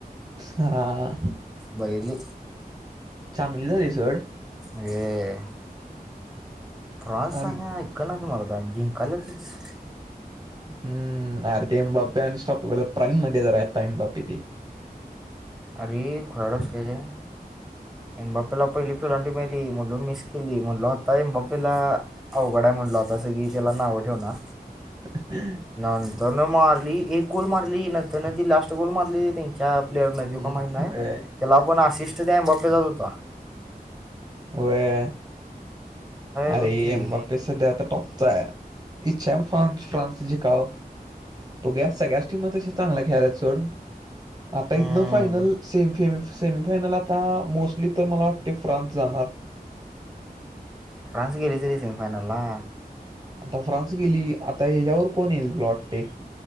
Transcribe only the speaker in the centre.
बैरली
ये फ्रानसने
ऐक ना तुम्हाला जिंक कलचच
अर खरार असलेले ए बापेला पहिली फिलांटी मेली म्हटल मिस केली म्हटलं आता ए बापेला अवघडाय म्हटलं होता असं की त्याला नाव ठेव ना
नंतर न मारली एक गोल मारली नंतर न ती लास्ट गोल मारली ्या प्लेयर नाही देव
का माही नाही
आहे त्याला आपण आशिष्ट द्या बापे जात होता
बघ की
अं,
फ्रानस ग रिझर्वशन फानला